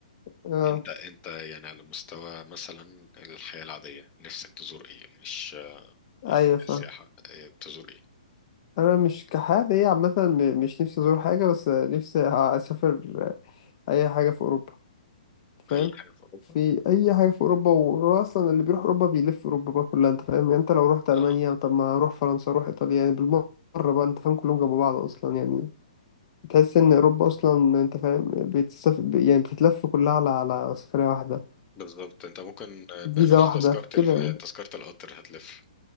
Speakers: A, on the left; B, on the left.
A: اه
B: انت انت يعني على مستوى مثلا الحياة العادية نفسك تزور ايه مش يعني
A: ايوه فاهم
B: سياحة اه، تزور ايه
A: انا مش كحاجة ايه عامة م- مش نفسي ازور حاجة بس نفسي اسافر اي حاجة في اوروبا أنت فاهم
B: اي حاجة في اوروبا
A: في اي حاجة في اوروبا وهو اصلا اللي بيروح اوروبا بيلف اوروبا بقى كلها انت فاهم يعني انت لو رحت المانيا
B: اه
A: طب ما اروح فرنسا اروح ايطاليا يعني بالمرة بقى انت فاهم كلهم جنب بعض اصلا يعني تحس ان اوروبا اصلا انت فاهم بتسافر يعني بتتلف كلها على على سفريه واحده
B: بالظبط انت ممكن اه، بنفس
A: فيزا واحده
B: تذكرة
A: كده
B: ال-
A: يعني
B: اه، تذكرة القطر هتلف